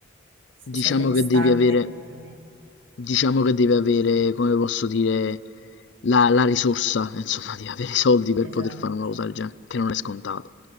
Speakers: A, on the right; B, on the left.
A: se
B: Diciamo
A: sei benestante,
B: che devi avere
A: più o meno.
B: diciamo che devi avere, come posso dire, la la risorsa, <laughs> insomma devi avere i soldi per
A: esatto.
B: poter fare una cosa del genere, che non è scontato.